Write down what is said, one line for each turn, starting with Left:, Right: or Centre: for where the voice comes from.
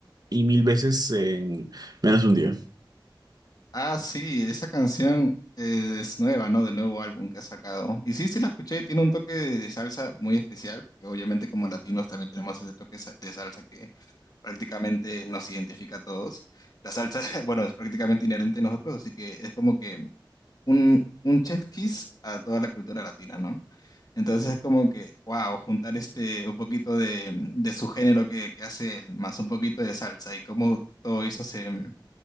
Right: y mil veces en menos de un día.
Left: Ah, sí, esa canción eh, es nueva, ¿no? Del nuevo álbum que ha sacado. Y sí, sí la escuché, tiene un toque de, de salsa muy especial, porque obviamente como latinos también tenemos ese toque sa- de salsa que prácticamente nos identifica a todos. La salsa, <laughs> bueno, es prácticamente inherente a nosotros, así que es como que un, un chef kiss a toda la cultura latina, ¿no? Entonces es como que, wow, juntar este, un poquito de, de su género que, que hace él, más un poquito de salsa y cómo todo eso se,